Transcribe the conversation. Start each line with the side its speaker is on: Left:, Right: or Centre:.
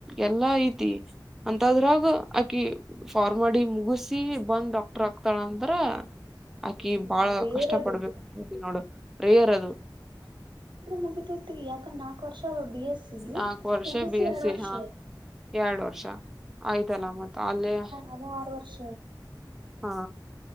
Centre: ಎಲ್ಲಾ ಐತಿ ಅಂತದ್ರಾಗ ಆಕಿ ಫಾರ್ ಮಾಡಿ ಮುಗ ಸಿ ಬಂದ್ ಡಾಕ್ಟರ್ ಆಗ್ತಾಳಂತ್ರ ಆಕಿ
Right: ಅದು
Centre: ಬಾಳ
Right: ರೇರದು
Centre: ಕಷ್ಟ ಪಡ್ಬೇಕು ನೋಡು ರೇಯರ್ ಅದು
Right: ಮುಗಿತತಿ ಯಾಕಂದೆ ನಾಲ್ಕ್ು ವರ್ಷ ಬಿ ಎಸ್ ಸಿ
Centre: ನಾಲ್ಕು ವರ್ಷ
Right: ಎಂ ಎಸ್
Centre: ಬಿ
Right: ಸಿ ಎರಡ್ ವರ್ಷ
Centre: ಹಾ ಎರಡ್ ವರ್ಷ ಆಯ್ತಲ ಮತ್ತೆ ಅಲ್ಲೇಯ
Right: ಅದು ಆರ್ ವರ್ಷ
Centre: ಹಾ